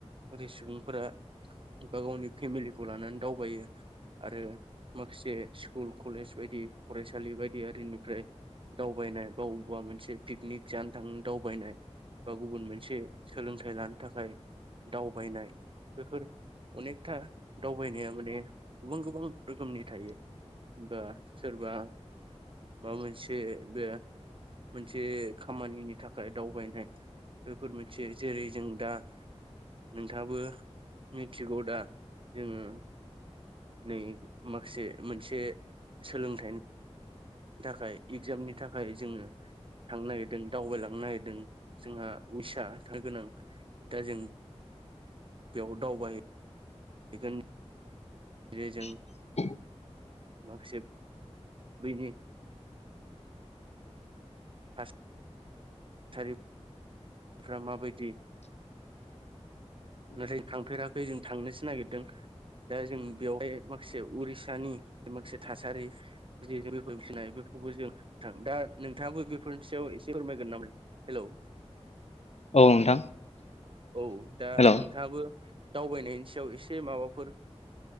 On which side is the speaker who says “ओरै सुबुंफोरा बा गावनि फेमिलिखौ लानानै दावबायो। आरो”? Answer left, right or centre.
Right